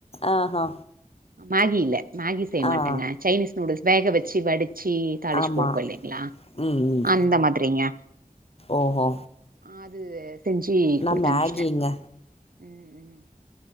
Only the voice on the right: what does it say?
மேகி இல்ல மேகி செய்ய மாட்டேங்க
சைனீஸ் நூடுல்ஸ் வேக வச்சு வடிச்சி தாளுச்சு
குடுப்போ இல்லைங்களா
அந்த மாதிரிங்க
ஆது செஞ்சு
குடுத்அனுப்ச்ட்டே
ம் ம்